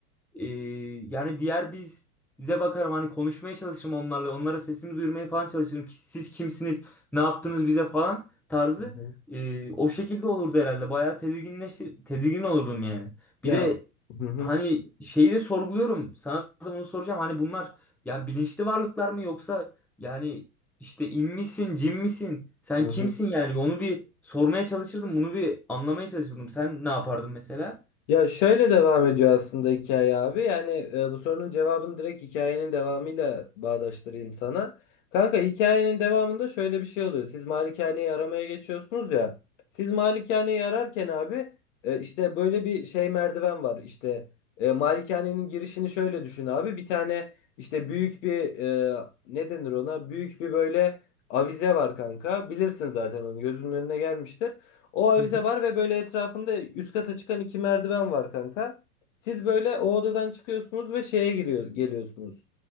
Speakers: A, in the centre; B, on the left (about 55°).
A: eee, yani diğer biz bize bakarım hani konuşmaya çalışırım onlarla. Onlara sesimi duyurmaya falan çalışırım. Ki Siz kimsiniz, ne yaptınız bize falan tarzı.
B: Hı hı.
A: Eee, o şekilde olurdu herhalde. Bayağı tedirginleştir tedirgin olurdum yani.
B: Ya
A: Bir de
B: hı hı
A: hani şeyi de sorguluyorum. Sana da bunu soracağım. Hani bunlar yani bilinçli varlıklar mı yoksa yani işte in misin, cin misin? Sen
B: hı hı.
A: kimsin yani? Onu bir sormaya çalışırdım. Bunu bir anlamaya çalışırdım. Sen ne yapardın mesela?
B: Ya şöyle devam ediyor aslında hikaye abi. Yani e, bu sorunun cevabını direkt hikayenin devamıyla bağdaştırayım sana. Kanka hikayenin devamında şöyle bir şey oluyor. Siz malikaneyi aramaya geçiyorsunuz ya. Siz malikaneyi ararken abi e, işte böyle bir şey merdiven var. İşte e, malikanenin girişini şöyle düşün abi. Bir tane işte büyük bir e, ne denir ona? Büyük bir böyle avize var kanka. Bilirsin zaten onu gözünün önüne gelmiştir. O avize
A: Hı hı.
B: var ve böyle etrafında üst kata çıkan iki merdiven var kanka. Siz böyle o odadan çıkıyorsunuz ve şeye giriyor, geliyorsunuz.